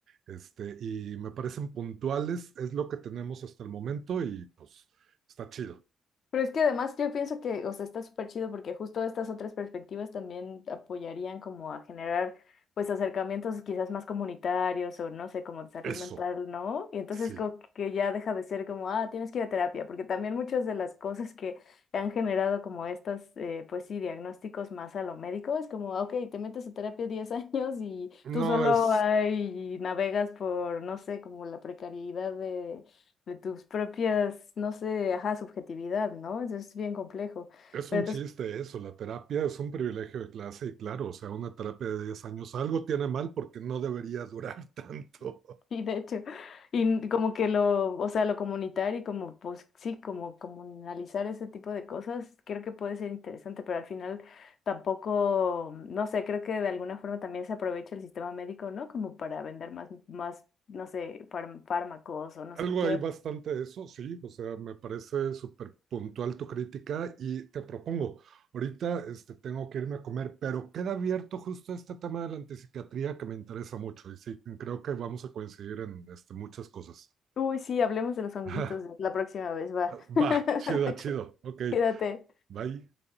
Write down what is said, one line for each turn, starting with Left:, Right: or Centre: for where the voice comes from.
Right: Este, y me parecen puntuales, es lo que tenemos hasta el momento y pues está chido.
Left: Pero es que además yo pienso que, o sea, está súper chido porque justo estas otras perspectivas también apoyarían como a generar pues acercamientos quizás más comunitarios o no sé, como de salud
Right: Eso,
Left: mental, ¿no? Y entonces
Right: sí.
Left: como que ya deja de ser como, ah, tienes que ir a terapia, porque también muchas de las cosas que han generado como estas, eh, pues sí, diagnósticos más a lo médico, es como, ah, ok, te metes a terapia 10 <laughs> años y tú
Right: No
Left: solo
Right: es,
Left: ahí navegas por, no sé, como la precariedad de de tus propias, no sé, ajá, subjetividad, ¿no? Eso es bien complejo.
Right: es
Left: Pero
Right: un
Left: entonces,
Right: chiste eso, la terapia es un privilegio de clase y claro, o sea, una terapia de 10 años algo tiene mal porque no debería durar <laughs> tanto.
Left: <laughs> sí, de hecho, y como que lo, o sea, lo comunitario y como, pues sí, como comunalizar ese tipo de cosas, creo que puede ser interesante, pero al final tampoco, no sé, creo que de alguna forma también se aprovecha el sistema médico, ¿no? Como para vender más, más, no sé, fárm- fármacos o no
Right: Algo
Left: sé qué.
Right: hay bastante de eso, sí, o sea, me parece súper puntual tu crítica y te propongo, ahorita este, tengo que irme a comer, pero queda abierto justo este tema de la antipsiquiatría que me interesa mucho y sí, creo que vamos a coincidir en este, muchas cosas.
Left: Uy, sí, hablemos de los honguitos
Right: <laughs>
Left: la próxima vez, va.
Right: Va,
Left: <laughs>
Right: chido, chido, ok,
Left: Cuídate.
Right: bye.